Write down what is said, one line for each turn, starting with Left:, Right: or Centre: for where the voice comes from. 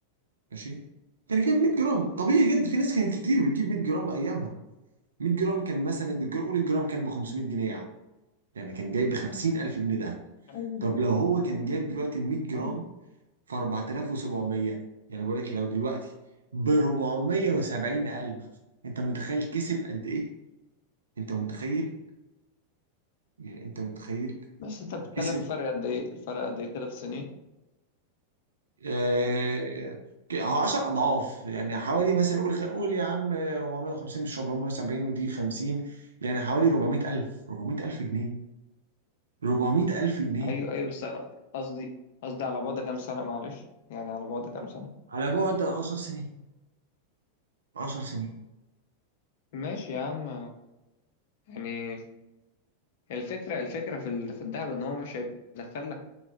Right: ماشي كان جايب 100 جرام طبيعي جدا في ناس كانت كتير بتجيب 100 جرام ايامها 100 جرام كان مثلا الجرام قول الجرام كان ب 500 جنيه يا عم يعني كان جايب ب 50000 جنيه ده
Left: ايوه
Right: طب لو هو كان جايب دلوقتي ال 100 جرام
Left: ايوه
Right: في 4700 يعني بقول لك لو دلوقتي ب 470000 انت متخيل كسب قد ايه انت متخيل يعني انت متخيل
Left: بس انت بتتكلم
Right: كسب
Left: الفرق قد ايه الفرق قد ايه كده في سنين
Right: آه، هو 10 اضعاف يعني حوالي مثلا قول قول يا عم 450 مش 470 ودي 50 يعني حوالي 400000 400000 جنيه 400000 جنيه
Left: ايوه ايوه بس أنا قصدي قصدي على بعد كام سنة معلش يعني على بعد كام سنة
Right: على بعد 10 سنين 10 سنين
Left: ماشي يا عم يعني الفكرة الفكرة في ال- في الذهب ان هو مش هيدخلك